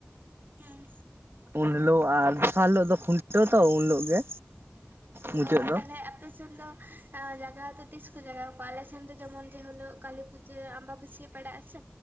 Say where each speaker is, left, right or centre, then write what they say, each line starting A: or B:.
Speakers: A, on the right; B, on the right.
A: ᱦᱮᱸ
B: ᱩᱱ ᱦᱤᱞᱳᱜ ᱟᱨ ᱫᱚᱥᱟᱨ ᱦᱤᱞᱳ ᱫᱚ ᱠᱷᱩᱱᱴᱟᱹᱣ ᱛᱚ ᱩᱱ ᱦᱤᱞᱳ ᱜᱮ᱾ ᱢᱩᱪᱟᱹᱫ
A: ᱚ
B: ᱫᱚ
A: ᱛᱟᱦᱞᱮ ᱟᱯᱮᱥᱮᱱ ᱫᱚ ᱡᱟᱜᱟᱣ ᱫᱚ ᱛᱤᱥ ᱡᱟᱜᱟᱣ ᱠᱚ ᱟᱞᱮ ᱥᱮᱱ ᱫᱚ ᱡᱮᱢᱚᱱ ᱡᱮᱦᱮᱞᱳᱜ ᱠᱟᱞᱤ ᱯᱩᱡᱟᱹ ᱟᱢᱵᱟᱹᱥᱭᱟᱹ ᱯᱟᱲᱟᱜᱼᱟ ᱥᱮ᱾